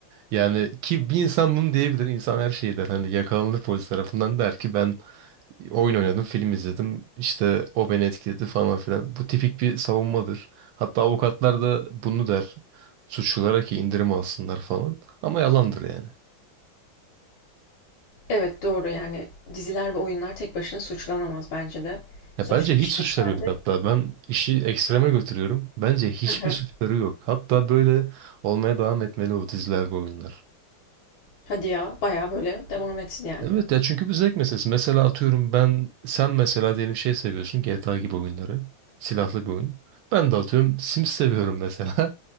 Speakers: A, on the right; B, on the left.
A: yani ki bir insan bunu diyebilir. İnsan her şeyi der. Hani yakalanır polis tarafından der ki ben oyun oynadım, film izledim. İşte o beni etkiledi falan filan. Bu tipik bir savunmadır. Hatta avukatlar da bunu der. Suçlulara ki indirim alsınlar falan. Ama yalandır yani.
B: Evet doğru yani diziler ve oyunlar tek başına suçlanamaz bence de.
A: Ya
B: Sonuçta
A: bence
B: kişi
A: hiç suçları
B: de kendi.
A: yok hatta. Ben işi ekstreme götürüyorum. Bence hiçbir
B: Hı hı.
A: suçları yok. Hatta böyle olmaya devam etmeli o diziler bu oyunlar.
B: Hadi ya bayağı böyle devam etsin yani.
A: Evet ya çünkü bu zevk meselesi. Mesela atıyorum ben sen mesela diyelim şey seviyorsun GTA gibi oyunları. Silahlı bir oyun. Ben de atıyorum Sims seviyorum mesela. <laughs>